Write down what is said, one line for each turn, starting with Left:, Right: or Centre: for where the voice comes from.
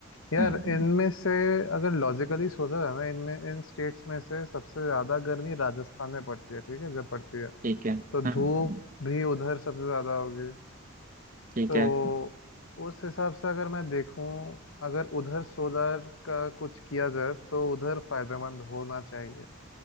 Left: यार
Right: हम्म,
Left: इनमें से अगर लॉजिकली सोचा जाए ना इनमें इन स्टेट्स में से सबसे ज़्यादा गर्मी राजस्थान में पड़ती है ठीक है जब पड़ती है
Right: ठीक है
Left: तो
Right: हम्म,
Left: धूप भी उधर सबसे ज़्यादा होगी
Right: ठीक
Left: तो
Right: है
Left: उस हिसाब से अगर मैं देखूं अगर उधर सोलर का कुछ किया जाए तो उधर फायदेमंद होना चाहिए